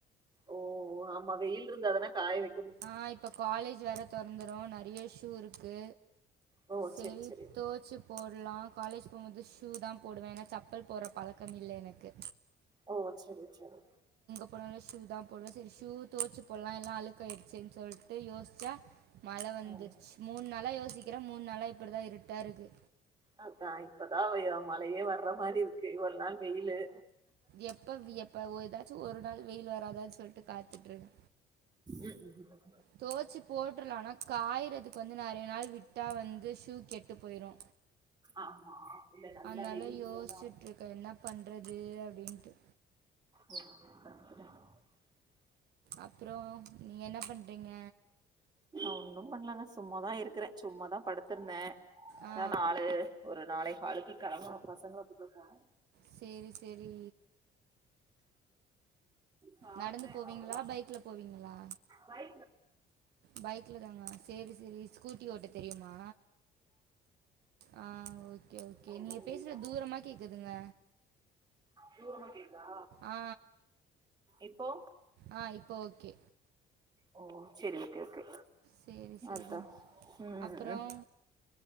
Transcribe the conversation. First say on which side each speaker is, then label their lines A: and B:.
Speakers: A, on the right; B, on the right.
A: ஓ ஆமா வெயில் இருந்தாதானா காய வக்
B: ஆ இப்ப காலேஜ் வேர தொறந்து நெறைய ஷூ இருக்கு
A: ஓ
B: செரி
A: சரி சரி.
B: தோச்சு போட்லா காலேஜ் போகும்போது ஷூ தா போடுவே ஏன்னா சப்பல் போடுற பழக்க இல்ல எனக்கு
A: ஓ சரி சரி
B: போன ஷூ தான் போடுவேன் சரி ஷூ தோச்சு போடலா எல்லா அழுக்காய்டுச்சன்னு சொல்லிட்டு யோசிச்சா மழ வந்துருச்சு
A: ம்
B: மூணு நாளா யோசிக்கிறே மூணு நாளா இப்படிதா இருட்டா இருக்கு
A: அதா இப்பதா வ மழையே வர்ற மாரி இருக்கு இவ்ள நாள் வெயிலு
B: எப்ப எப்ப ஏதாச்சு ஒரு நாள் வெயில் வராதானு சொல்லிட்டு காத்துட்டுருக்
A: ம் ம் ம்.
B: தோச்சு போட்ருலான்னா காயறதுக்கு வந்து நெறைய நாள் விட்டா வந்து ஷூ கெட் டு போய்ரு
A: ஆமா இல்ல நல்லா
B: அதனால
A: வெயில் இருந்தாதா
B: யோசிச்சுட்ருக்க என்னா பண்ற றது அப்படின்ட்டு
A: <unintelligible>
B: அப்புற நீ என்ன பண்றீங்க
A: நா ஒன்னு பண்ணலங்க சும்மாதா இருக்கறே சும்மாதா படுத்திருந்தே
B: ஆ
A: ஏ நாலு ஒரு நாளை காளுக்கு கெளம்பனு பசங்கள கூப்ட போனு
B: செரி செரி
A: சாப்ட்டே
B: நடந்து போவீங்களா
A: அவ்வளதா
B: பைக்ல போவீங்களா
A: வய
B: பைக்ல தாங்க சேரி சேரி ஸ்கூட்டி ஓட்ட தெரியுமா ஆ ஓகே ஓகே நீங்க
A: பசங்க
B: பேசுற தூரமா கேக்குதுங்க
A: தூரமா கேக்குதா?
B: ஆ
A: இப்போ
B: ஆ இப்ப ஓகே
A: ஓ சரி ஓகே ஓகே
B: சரி சரி
A: அர்த்தா ம்
B: அப்புறம்
A: ம்